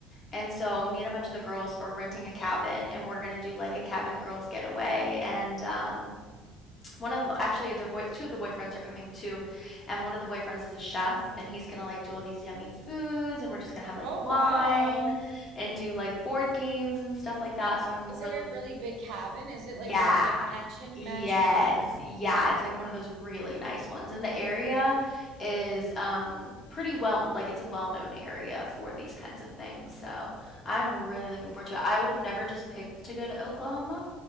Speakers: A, on the left; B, on the right.
A: And so me and a bunch of the girls are renting a cabin and we're gonna do like a cabin girls getaway. And um, one of actually their boy two of the boyfriends are coming too, and one of the boyfriends is a chef and he's gonna like do all these yummy foods and we're just gonna have like
B: Oh,
A: wine
B: wow.
A: and do like board games and stuff like that. So I'm really
B: Is it a really big cabin? Is
A: yeah.
B: it like those like mansion
A: Yes.
B: mansion cabins?
A: Yeah, it's like one of those really nice ones. And the area is um pretty well like it's a well-known area for these kinds of things. So, I'm really looking forward to it. I would have never just picked to go to Oklahoma.